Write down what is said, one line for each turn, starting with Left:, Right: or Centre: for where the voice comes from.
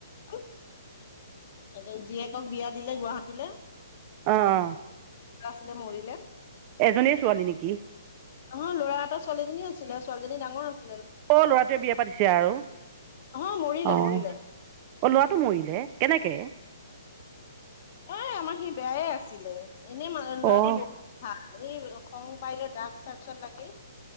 Left: কি এ জীয়েকক বিয়া দিলে গুৱাহাটীলে
Right: অহ অহ
Left: আছিলে মৰিলে
Right: এজনিয়ে ছোৱালী নিকি
Left: অহ ল'ৰা এটা ছোৱালীজনী আছিলে ছোৱালীজনী ডাঙৰ আছিল
Right: অ ল'ৰাটোৱে বিয়া পাতিছে আৰু
Left: অ মৰিলে
Right: অ অ
Left: মৰিলে
Right: লৱাটো মৰিলে কেনেকে
Left: এ আমাৰ সি বেয়াই আছিলে এনে মা লৰাটো
Right: অ'
Left: বহুত ভাল এই সং পাই লৈ ড্ৰাগছ চাৰ্চত লাগিল